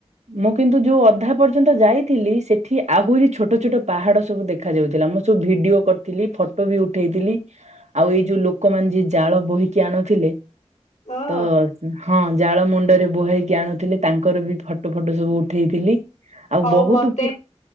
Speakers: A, on the right (about 80°); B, on the left (about 90°).
A: ମୁଁ କିନ୍ତୁ ଯୋଉ ଅଧା ପର୍ଯ୍ୟନ୍ତ ଯାଇଥିଲି ସେଠି ଆହୁରି ଛୋଟ ଛୋଟ ପାହାଡ଼ ସବୁ ଦେଖାଯାଉଥିଲା ମୁଁ ସବୁ ଭିଡିଓ କରିଥିଲି ଫଟୋ ବି ଉଠେଇଥିଲି ଆଉ ଏଇ ଯୋଉ ଲୋକମାନେ ଯିଏ ଜାଳ ବୋହିକି ଆଣୁଥିଲେ
B: ହଁ
A: ତ ହଁ ଜାଳ ମୁଣ୍ଡରେ ବୋହେଇକି ଆଣୁ ଥିଲେ ତାଙ୍କର ବି ଫଟୋ ଫଟୋ ସବୁ ଉଠେଇଥିଲି। ଆଉ
B: ହଉ
A: ବହୁତ
B: ମତେ
A: ଉପର